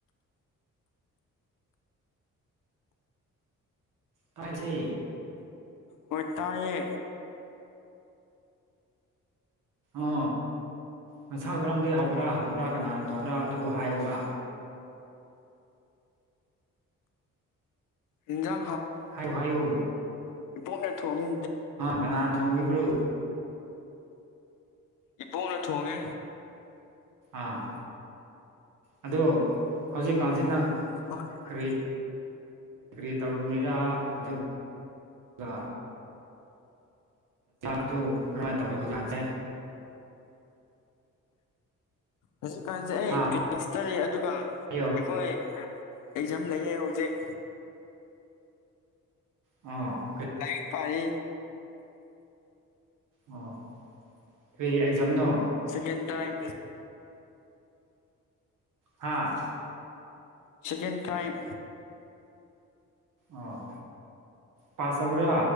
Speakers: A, on the right; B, on the left.
A: ꯇꯁ
B: ꯑꯣꯏ ꯇꯌꯦ
A: ꯑ ꯅꯁꯥ ꯀꯔꯝꯗꯒꯤꯩ ꯍꯧꯕ꯭ꯔꯥ ꯍꯧꯗꯕ꯭ꯔꯥ ꯀꯅꯥꯅ ꯇꯧꯕ꯭ꯔꯥ ꯑꯗꯨ ꯍꯥꯏꯌꯕ
B: ꯏꯟꯖ
A: ꯍꯥꯏꯌꯣ ꯍꯥꯏꯌꯣ
B: ꯄꯣꯛꯅ ꯊꯒꯦ
A: ꯀꯅꯥꯅ ꯊꯣꯡꯕꯤꯕ꯭ꯔꯣ
B: ꯏꯕꯅ ꯇꯉ
A: ꯑꯥ ꯑ ꯍꯧꯖꯤꯛꯀꯥꯟꯁꯤ ꯅꯪ
B: <unintelligible>
A: ꯀꯔꯤ ꯀꯔꯤ ꯇꯧꯔꯝꯃꯤꯔꯥ ꯑꯗꯨꯒ ꯑꯗꯨ ꯀꯔꯍꯥꯏꯅ ꯇꯧꯔꯤꯣ ꯍꯧꯖꯤꯛꯥꯟꯁꯦ
B: ꯍꯧꯖꯤꯛꯀꯥꯟꯁꯦ ꯑꯩ
A: ꯍꯥ
B: ꯀ꯭ꯂꯥꯁꯇꯔꯤ ꯑꯗꯨꯒ
A: ꯍꯥꯏꯌꯣ
B: ꯑꯩꯈꯣꯏ ꯑꯩꯖ ꯂꯩꯌꯦ ꯍꯧꯖꯤꯛ
A: ꯑ
B: ꯂ ꯄꯔ
A: ꯑꯣ ꯀ ꯑꯦꯛꯖꯥꯝꯅꯣ
B: ꯁꯀꯦꯟ ꯇꯥꯏꯝ
A: ꯍꯥꯥ
B: ꯁꯀꯦꯟ ꯇꯥꯏꯝ
A: ꯑꯣ ꯄꯥꯁ ꯇꯧꯈ꯭ꯔꯥ